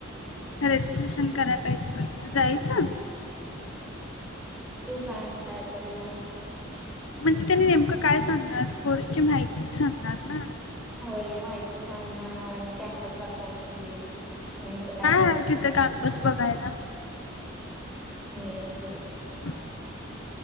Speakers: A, on the left (about 75°); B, in the centre.
A: रजिस्ट्रेशन करायला पाहिजे पहिलं जायचं
B: तू सांग काय करूया
A: म्हणजे त्यांनी नेमकं काय सांगणार कोर्सची माहितीच सांगणार ना
B: अ माहिती सांगणार आणि कॅम्पस दाखवतील नाहीथ काय काय
A: आहे
B: ते सांगतील
A: तिथं कॅम्पस बघायला
B: वय होत
A: ह